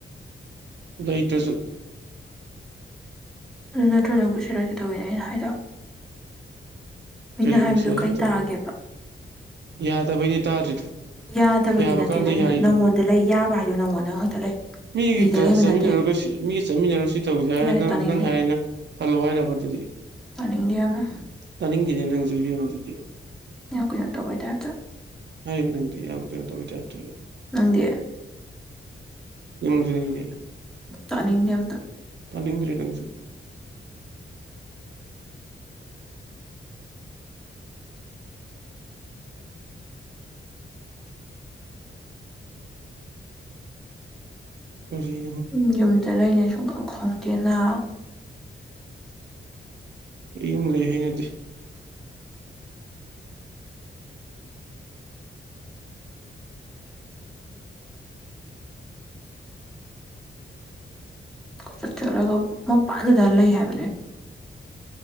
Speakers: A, on the right (about 60°); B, in the centre.
A: ꯂꯩꯇꯁꯨ
B: ꯑꯗꯨ ꯅꯠꯇꯒ ꯅꯪꯕꯨꯁꯤꯔꯛꯀꯦ ꯇꯧꯕꯅꯤꯅꯦ ꯑꯩꯅ ꯍꯥꯏꯔꯛꯑꯣ ꯃꯤꯅ
A: ꯀꯔꯤ
B: ꯍꯥꯏꯕꯗꯨꯣ
A: ꯀꯨꯁꯤꯔ
B: ꯀꯩ
A: ꯁꯤ ꯇꯧ
B: ꯇꯥꯒꯦꯕ
A: ꯌꯥꯗꯕꯩꯅꯦ ꯇꯥꯗ꯭ꯔꯤꯗꯣ
B: ꯌꯥꯗꯕꯒꯤ
A: ꯌꯥꯕ
B: ꯅꯠꯇꯦ
A: ꯀꯥꯟꯗ
B: ꯅꯪꯒꯤꯗꯣ
A: ꯌꯥꯔꯤꯗꯨꯅꯤ
B: ꯅꯪꯉꯣꯟ ꯑꯗ ꯂꯩ ꯌꯥꯕ ꯍꯥꯏꯗꯨꯣ ꯅꯉꯣꯟꯗ ꯉꯥꯡꯊ ꯂꯩ
A: ꯃꯤꯒꯤꯗ
B: ꯃꯤꯗ ꯂꯩꯕ
A: ꯆꯠꯃꯤꯟꯅꯔꯨꯔꯒ
B: ꯅꯠꯇꯦ
A: ꯃꯤꯒ ꯆꯠꯃꯤꯟꯅꯔꯨ ꯁꯤ ꯇꯧꯁꯦ ꯍꯥꯏꯔ
B: ꯌꯥꯔꯦ
A: ꯅꯪ
B: ꯇꯥꯅꯤꯡꯗꯦ
A: ꯅꯪ ꯍꯥꯏꯔꯔꯤꯅ ꯍꯜꯂꯣ ꯍꯥꯏꯔꯕ ꯑꯗꯨꯗꯤ
B: ꯄꯥꯅꯤꯡꯗꯦ ꯌꯥꯝꯅ
A: ꯇꯥꯅꯤꯡꯈꯤꯅꯤ ꯅꯪꯁꯤꯕꯤꯅꯣ ꯑꯗꯨꯗꯤ
B: ꯌꯥ ꯀ ꯌꯥꯛꯇꯕꯥꯏ ꯇꯥꯐꯇꯔ
A: ꯍꯥꯏꯔꯤꯕ ꯅꯪꯗꯤ ꯌꯥꯝꯅ ꯀꯩꯅꯣ ꯇꯧꯋꯤ ꯇꯥꯏꯞꯇ
B: ꯅꯪꯗꯤ
A: ꯌꯝꯔꯤꯅꯦ
B: ꯇꯅꯤꯡꯗꯦꯕꯗ
A: ꯇꯥꯅꯤꯡꯗ꯭ꯔꯦ ꯅꯪꯁꯨ ꯀꯅ
B: ꯎꯝ ꯌꯨꯝꯗ ꯂꯩꯅꯦ ꯁꯨꯡꯈꯡ ꯈꯪꯗꯦ ꯅꯥ
A: ꯑꯩꯨꯝ ꯂꯩ ꯍꯥꯏꯅꯗꯦ
B: ꯆꯠꯆꯔꯒ ꯃꯄꯥꯟꯗꯨꯗ ꯂꯩ ꯍꯥꯏꯕꯅꯦ